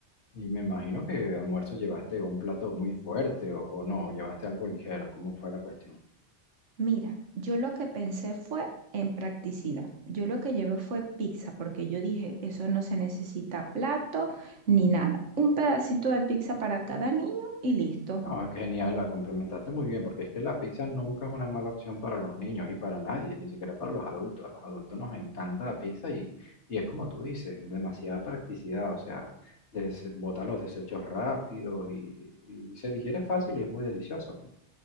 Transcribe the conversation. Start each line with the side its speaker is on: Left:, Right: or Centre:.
Left: Y me imagino que almuerzo llevaste un plato muy fuerte o, o no, llevaste algo ligero, ¿cómo fue la cuestión?
Right: Mira, yo lo que pensé fue en practicidad. Yo lo que llevé fue pizza, porque yo dije, eso no se necesita plato ni nada. Un pedacito de pizza para cada niño y listo.
Left: No, es genial, la complementaste muy bien, porque es que la pizza nunca es una mala opción para los niños y para nadie, ni siquiera para los adultos. A los adultos nos encanta la pizza y, y es como tú dices, demasiada practicidad, o sea, des- bota los desechos rápidos y, y se digiere fácil y es muy deliciosa, pues.